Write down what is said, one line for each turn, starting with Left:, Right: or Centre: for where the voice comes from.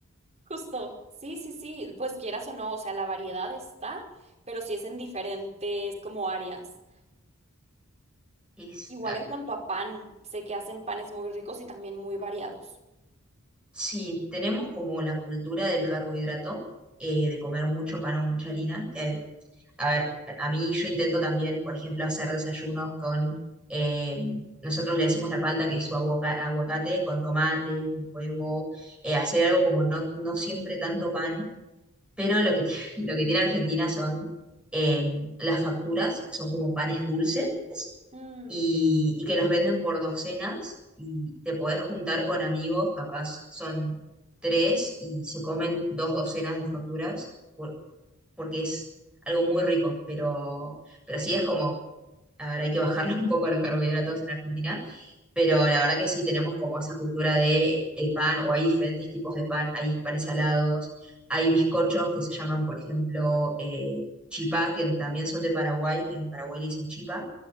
Right: Justo, sí, sí, sí, pues quieras o no, o sea, la variedad está, pero sí es en diferentes como áreas.
Centre: Es,
Right: Igual en cuanto a pan, sé que hacen panes muy ricos y también muy variados.
Centre: si tenemos como la cultura del carbohidrato, eh, de comer mucho pan o mucha harina, que a ver, a mí yo intento también, por ejemplo, hacer desayunos con, eh, nosotros le decimos la palta, que es su aguaca- aguacate, con tomate, con huevo, eh, hacer algo como no, no siempre tanto pan, pero lo que, ti- <laughs> lo que tiene Argentina son eh, las facturas, que son como panes dulces,
Right: Mm,
Centre: y, y que los venden por docenas y te podés juntar con amigos, capaz son tres y se comen dos docenas de facturas por- porque es algo muy rico, pero, pero sí es como, a ver, hay que bajarle <laughs> un poco a los carbohidratos en Argentina pero la verdad que sí tenemos como esa cultura de el pan, o hay diferentes tipos de pan, hay panes salados, hay bizcochos que se llaman, por ejemplo, eh, chipá, que también son de Paraguay, que en Paraguay le dicen chipa,